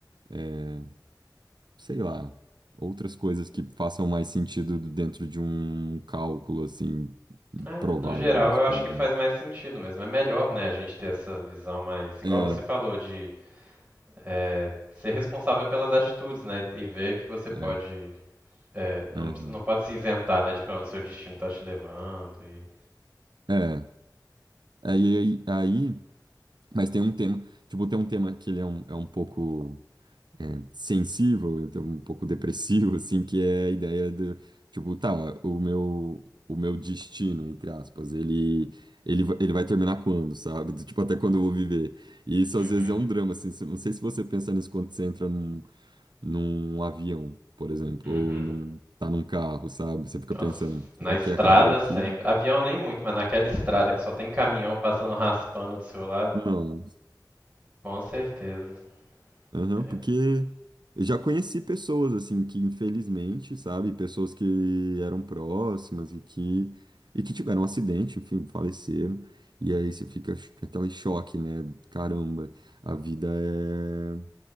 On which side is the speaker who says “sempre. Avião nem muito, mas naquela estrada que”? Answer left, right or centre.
Right